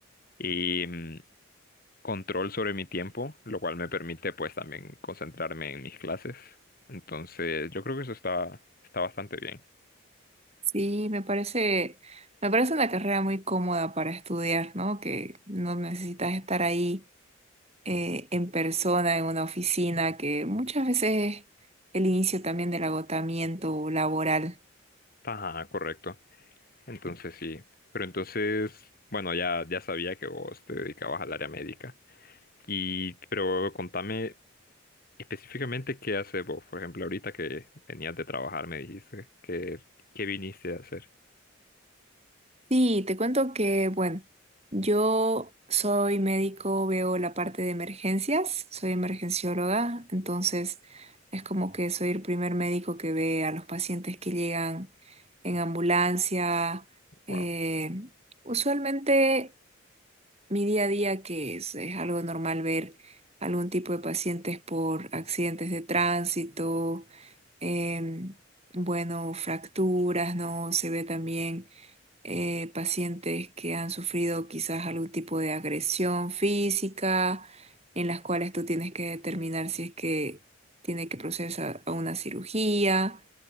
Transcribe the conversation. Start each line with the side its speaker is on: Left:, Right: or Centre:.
Left: eh, control sobre mi tiempo, lo cual me permite pues también concentrarme en mis clases. Entonces, yo creo que eso está, está bastante bien.
Right: Sí, me parece, me parece una carrera muy cómoda para estudiar, ¿no? Que no necesitas estar ahí eh, en persona, en una oficina, que muchas veces es el inicio también del agotamiento laboral.
Left: Ajá, correcto. Entonces sí. Pero entonces, bueno, ya, ya sabía que vos te dedicabas al área médica. Y, pero contame específicamente qué haces vos. Por ejemplo, ahorita que venías de trabajar, me dijiste que, ¿qué viniste a hacer?
Right: Sí, te cuento que, bueno, yo soy médico, veo la parte de emergencias, soy emergencióloga, entonces es como que soy el primer médico que ve a los pacientes que llegan en ambulancia. eh,
Left: Wow.
Right: usualmente mi día a día, que es, es algo normal ver algún tipo de pacientes por accidentes de tránsito, em, bueno, fracturas, ¿no? Se ve también eh, pacientes que han sufrido quizás algún tipo de agresión física, en las cuales tú tienes que determinar si es que tiene que proceder a a una cirugía.